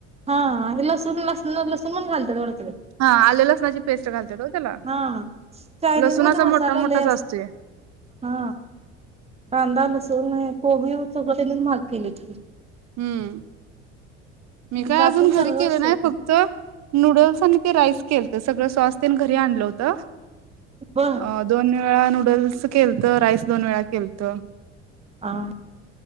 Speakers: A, on the right; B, on the right.
A: हा अेला सन सला स सुमन काालतात दोडत.
B: हा आले लसणाची पेस्ट घालते हो त्याला
A: हा चायनीज
B: लसूणाचा
A: मध्ये मसाला
B: मोठा मोठाच
A: लय
B: असते.
A: हा कांदा लसूण कोबी सगळं. जे. केलेत.
B: हम्म मी
A: नंतर
B: काय
A: आपण
B: अजून घरी
A: सगळं
B: केलं
A: असतो
B: नाही फक्त नूडल्स आणि ते राईस केल तर सगळ स्वास्यने घरी आणलं होतं.
A: ब
B: अ दोन्. वेळा नूडल्स केलत राईस दोन वेळा केलत.
A: ह.